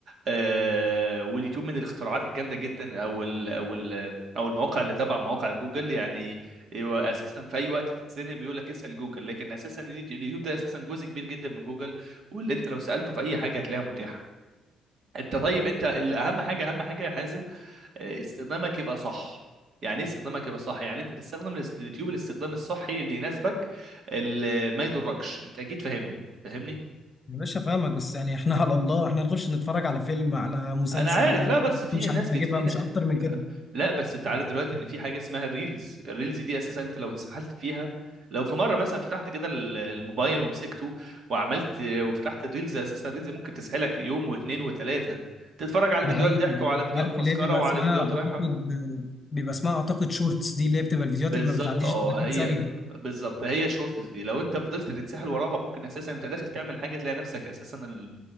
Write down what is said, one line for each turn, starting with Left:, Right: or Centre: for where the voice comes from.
Right: آه واليوتيوب من الاختراعات الجامده جدا او ال او ال او المواقع اللي تبع مواقع جوجل يعني هو اساسا في اي وقت تتزنق بيقول لك اسال جوجل لكن اساسا اليوتيوب ده اساسا جزء كبير جدا من جوجل واللي انت لو سالته في اي حاجه هتلاقيها متاحه انت طيب انت الاهم حاجه اهم حاجه يا حازم آه، استخدامك يبقى صح يعني ايه استخدامك يبقى صح يعني انت تستخدم الاس- اليوتيوب الاستخدام الصحي اللي يناسبك اللي ما يضركش انت اكيد فاهمني فاهمني
Left: يا باشا فاهمك بس يعني احنا على الله احنا نخش نتفرج على فيلم على مسلسل
Right: انا عارف لا بس في
Left: مش
Right: ناس
Left: عارف
Right: كتير
Left: اجيبها
Right: في
Left: مش
Right: نا-
Left: اكتر من كده
Right: لا بس انت عارف دلوقتي ان في حاجه اسمها الريلز الريلز دي اساسا انت لو اتسحلت فيها لو في مره مثلا فتحت كده ال- الموبايل ومسكته وعملت وفتحت الريلز اساسا الريلز ممكن تسحلك يوم واثنين وثلاثه تتفرج على
Left: ده
Right: فيديوهات
Left: حقيقي
Right: ضحك وعلى فيديوهات
Left: عارف
Right: مسخره
Left: اللي هي بيبقى
Right: وعلى
Left: اسمها
Right: فيديوهات
Left: اعتقد
Right: رايحه
Left: بيبقى اسمها اعتقد شورتس دي اللي هي بتبقى الفيديوهات
Right: بالظبط
Left: اللي ما بتعديش
Right: اه
Left: ال 30
Right: هي
Left: ثانية
Right: بالظبط هي الشورتس دي لو انت فضلت تتسحل وراها ممكن اساسا انت داخل تعمل حاجه تلاقي نفسك اساسا ال-